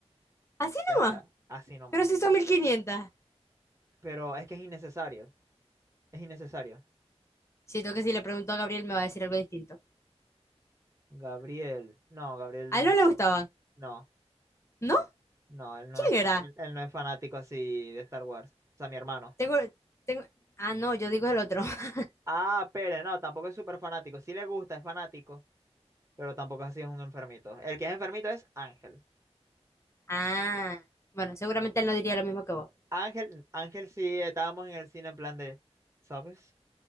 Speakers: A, on the left; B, on the right.
A: <laughs> Así
B: Ya está,
A: nomás.
B: así nomás.
A: Pero si son mil quinientas
B: Pero es que es innecesario, es innecesario.
A: Siento que si le pregunto a Gabriel me va a decir algo distinto.
B: Gabriel, no, Gabriel
A: A él
B: no,
A: no le gustaban.
B: no,
A: ¿No?
B: no, él no
A: ¿Quién
B: es,
A: era?
B: él, él no es fanático así de Star Wars. O sea, mi hermano.
A: Tengo, tengo... Ah, no, yo digo el otro. <laughs>
B: Ah, Pérez, no, tampoco es súper fanático. Sí le gusta, es fanático, pero tampoco así es un enfermito. El que es enfermito es Ángel.
A: Ah, bueno, seguramente él no diría lo mismo que vos.
B: Ángel, Ángel sí, estábamos en el cine en plan de, ¿sabes?